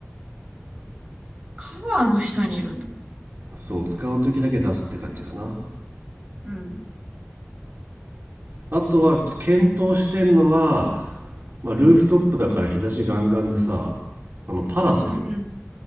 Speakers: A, on the right; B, on the right.
A: カバーの下にいるんだ。
B: そう使う時だけ出すって感じかな
A: うん。
B: あとは検討してんのは、まあ、ルーフトップだから日差しガンガンでさあのパラソル
A: うん、